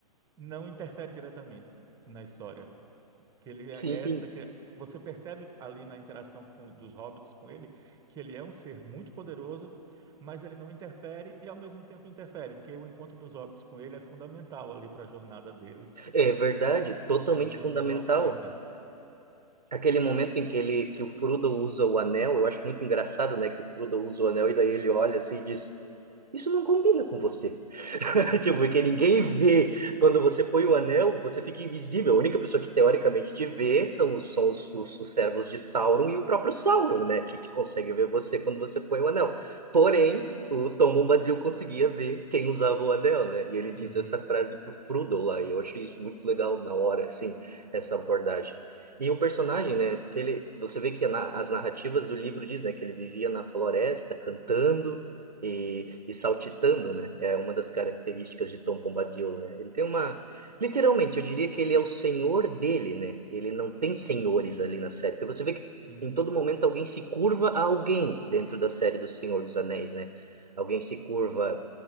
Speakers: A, on the right; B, on the right.
A: não interfere diretamente na história. Que ele
B: Sim,
A: é essa,
B: sim.
A: cri- você percebe ali na interação com, dos hobbits com ele que ele é um ser muito poderoso, mas ele não interfere e ao mesmo tempo interfere, porque o encontro dos hobbits com ele é fundamental ali para a jornada deles
B: É verdade, totalmente
A: no caminho
B: fundamental.
A: até Valfenda.
B: Aquele momento em que ele que o Frodo usa o anel, eu acho muito engraçado, né, que o Frodo usa o anel e daí ele olha assim e diz isso não combina com você. <laughs>
A: <laughs>
B: Tipo, porque ninguém vê. Quando você põe o anel, você fica invisível. A única pessoa que teoricamente te vê são os, são os, os, os servos de Sauron e o próprio Sauron, né? Que, que consegue ver você quando você põe o anel. Porém, o Tom Bombadil conseguia ver quem usava o anel, né? E ele diz
A: Uhum,
B: essa frase pro Frodo lá. E eu achei isso muito legal na hora, assim, essa abordagem. E o personagem, né? Porque ele, você vê que na- as narrativas do livro diz, né? Que ele vivia na floresta, cantando e, e saltitando, né? É uma das características de Tom Bombadil, né? Ele tem uma... Literalmente, eu diria que ele é o senhor dele, né? Ele não tem senhores ali na série, porque você vê que
A: sim.
B: em todo momento alguém se curva a alguém dentro da série do Senhor dos Anéis, né? Alguém se curva